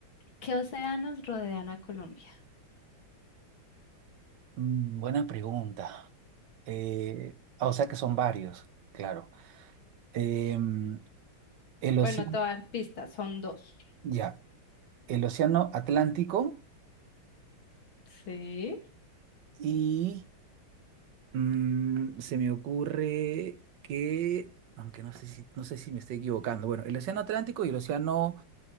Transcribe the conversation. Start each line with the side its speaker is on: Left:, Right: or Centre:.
Left: ¿qué océanos rodean a Colombia?
Right: Mm, buena pregunta. Eh, ah, o sea que son varios, claro. Em, el océano,
Left: Bueno, todas pistas, son dos.
Right: ya, el océano Atlántico
Left: Sí,
Right: y Mm, se me ocurre que, aunque no sé si, no sé si me estoy equivocando, bueno, el Océano Atlántico y el Océano